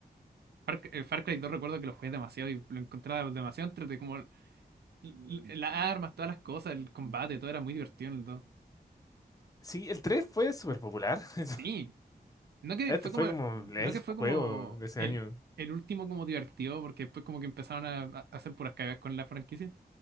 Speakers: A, on the right; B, on the left.
A: Far, eh, Far Cry 2 recuerdo que lo jugué demasiado y lo encontraba demasiado entre como l- l- las armas, todas las cosas, el combate, todo era muy divertido en el 2.
B: Sí, el 3 fue súper popular. <laughs>
A: Sí, no que
B: Este
A: fue
B: fue
A: como,
B: como el
A: no que fue
B: juego
A: como
B: de ese
A: el,
B: año.
A: el último como divertido, porque después como que empezaron a, a hacer puras cagas con la franquicia.